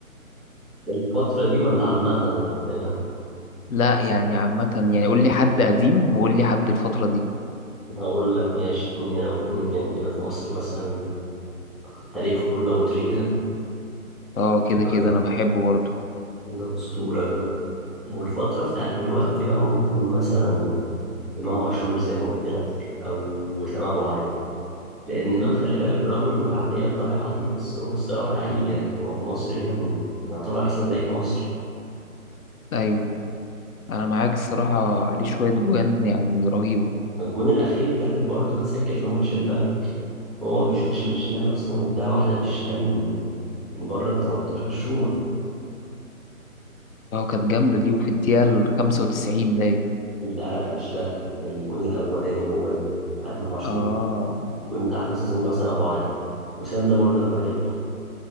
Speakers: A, in the centre; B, on the left (about 70°).
A: الفترة دي ولا عامة ولا ايه؟
B: لا يعني عامه يعني قول لي حد قديم وقول لي حد الفتره دي
A: هقول لك ماشي اتنين هنا واتنين هنا كده في مصر مثلا التاريخ كله أبو تريكة
B: اه كده كده
A: ده
B: انا بحبه برضه
A: ده أسطورة ده والفترة بتاعت دلوقتي بقى ممكن مثلا امام عاشور زي ما قلت لك او وسام ابو علي لان امام خلي بالك برغم من العقليه الضايعه دي بس هو الصراحه لعيب يعني هو في مصر هنا من من يعتبر احسن لعيب مصري
B: ايوه انا معاك الصراحه عليه شويه جوان يعني رهيبه
A: الجون الاخير ده اللي برضه كان سجل في ماتش البنك هو ما بيشوطش بالشمال اصلا اداها واحده بالشمال من من بره ال 18 شومه
B: اه كانت جامده دي وفي الدقيقه ال 95 باين
A: لا لا مش ده لكن الجون الاولاني هو ال- بتاع امام عاشور
B: اه
A: الجون بتاع 95 ده وسام ابو علي وسام ده برضه انا بحبه